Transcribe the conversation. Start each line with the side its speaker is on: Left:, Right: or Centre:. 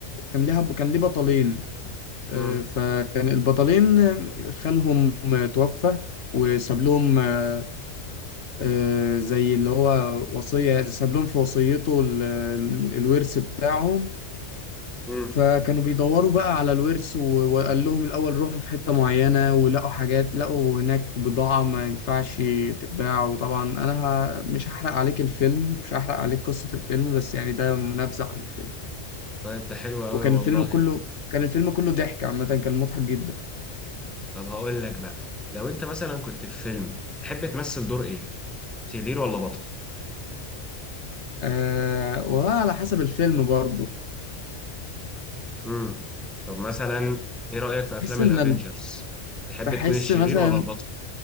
Left: كان ليها كان ليه بطلين آه،
Centre: امم
Left: فكان البطلين خالهم توفى وساب لهم آه، آه، زي اللي هو وصية ساب لهم في وصيته ال- ال- الورث بتاعهم
Centre: امم
Left: فكانوا بيدوروا بقى على الورث و- وقال لهم الأول روحوا في حتة معينة ولقوا حاجات لقوا هناك بضاعة ما ينفعش تتباع وطبعا أنا ه- مش هحرق عليك الفيلم مش هحرق عليك قصة الفيلم بس يعني ده نبذة عن الفيلم
Centre: طيب ده حلو قوي
Left: وكان
Centre: والله
Left: الفيلم كله كان الفيلم كله ضحك عامة كان مضحك جدا
Centre: طب هقول لك بقى لو انت مثلا كنت في فيلم تحب تمثل دور ايه شرير ولا بطل
Left: آه والله على حسب الفيلم برضه
Centre: امم طب مثلا ايه رأيك في
Left: بحس
Centre: افلام
Left: ان
Centre: الافينجرز
Left: ال-
Centre: تحب
Left: بحس
Centre: تكون الشرير
Left: مثلا
Centre: ولا البطل